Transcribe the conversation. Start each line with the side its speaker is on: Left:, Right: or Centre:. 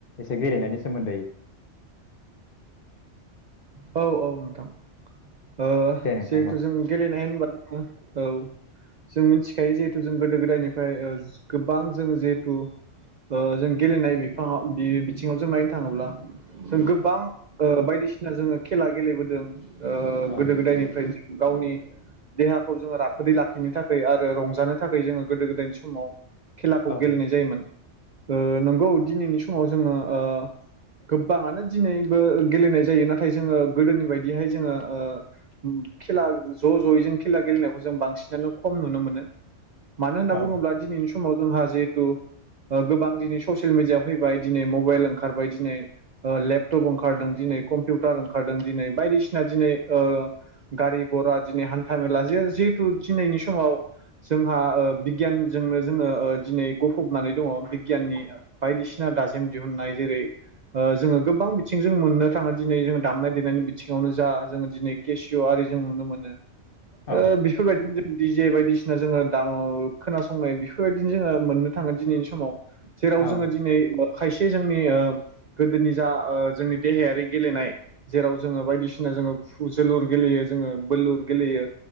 Left: एसे गेलेनायनि सोमोन्दै
Right: औ औ नोंथां। ओ
Left: दे नोंथां
Right: जिहेथु
Left: होमबा
Right: जों गेलेनाय होनबा जोङो औ। जों मिथिखायो जिहेथु जों गोदो गोदायनिफ्राय ओ गोबां जोङो जिहेथु ओ जों गेलेनाय बिफांव बे बिथिङाव जों नायनो थाङोब्ला जों गोबां ओ बायदि बायदिसिना जोङो खेला गेलेबोदों ओ
Left: औ
Right: गोदो गोदायनिफ्रायनो गावनि देहाखौ जोङो राफोदै लाखिनो थाखै आरो रंजानो थाखै जोङो गोदो गोदायनि समाव खेलाखौ
Left: औ
Right: गेलेनाय जायोमोन ओ नंगौ दिनैनि समाव जोङो ओ गोबाङानो दिनैबो गेलेनाय जायो नाथाय जोङो गोदोनि बायदिहाय जोङो ओ खेला ज' ज'यै जों खेला गेलेनायखौ जों बांसिनानो खम नुनो मोनो। मानो होनना
Left: औ
Right: बुङोब्ला दिनैनि समाव जोंहा जिहेथु ओ गोबां दिनै ससियेल मिडिया फैबाय दिनै मबेल ओंखारबाय दिनै लेपटप ओंखारदों दिनै कम कम्पुटार ओंखारदों दिनै बायदिसिना दिनै ओ गारि गरा दिनै हान्था मेला जिहेथु दिनैनि समाव जोंहा ओ बिगियानजोंनो जोङो ओ दिनै गफबनानै दङ बिगियाननि बायदिसिना दाजेम दिहुननाय जेरै ओ जोङो गोबां बिथिंजों मोननो थाङो। दिनै जोङो दामनाय देनायनि बिथिङावनो जा जोङो दिनै केसिय' आरि जों नुनो मोनो।
Left: औ
Right: ओ बेफोरबायदि। जे बायदिसिना जोङो दाम खोनासंनाय बेफोरबायदिनो जोङो मोननो थाङो दिनैनि समाव। जेराव
Left: औ
Right: जोङो दिनै खायसे जोंनि ओ गोदोनि जा ओ जोंनि देहायारि गेलेनाय जेराव जोङो बायदिसिना जोङो जोलुर गेलेयो जोङो बोलुर गेलेयो।